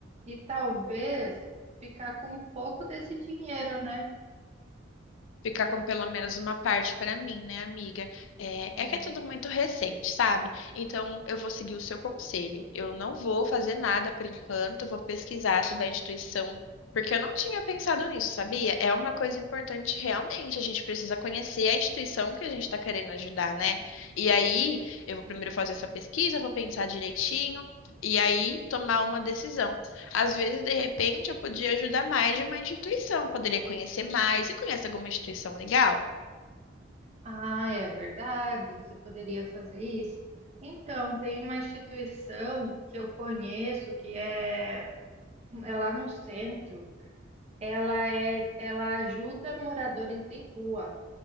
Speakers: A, on the right; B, on the left.
A: E talvez ficar com um pouco desse dinheiro, né?
B: ficar com pelo menos uma parte para mim, né, amiga? É,
A: É,
B: é que é tudo muito recente, sabe? Então, eu vou seguir o seu conselho. Eu não vou fazer nada por enquanto, vou pesquisar sobre a instituição, porque eu não tinha pensado nisso, sabia? É uma coisa importante realmente. A gente precisa conhecer a instituição que a gente está querendo ajudar, né? E aí, eu vou primeiro fazer essa pesquisa, vou pensar direitinho. E aí, tomar uma decisão. Às vezes, de repente, eu podia ajudar mais de uma instituição, poderia conhecer mais. Você conhece alguma instituição legal?
A: ah, é verdade, você poderia fazer isso. Então, tem uma instituição que eu conheço que é, é lá no centro. Ela é, ela ajuda moradores de rua.